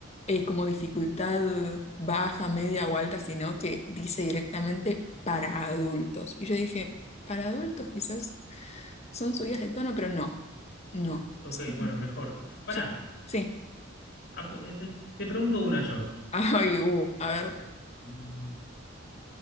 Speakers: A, on the left; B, on the left.
A: eh, como dificultad baja, media o alta, sino que dice directamente para adultos. Y yo dije, para adultos quizás son subidas de tono, pero no, no.
B: ok,
A: Sí,
B: bueno, mejor. Pará,
A: son- sí.
B: ap- eh, te, te pregunto una yo.
A: <laughs> Ay, uh, a ver,
B: Mm,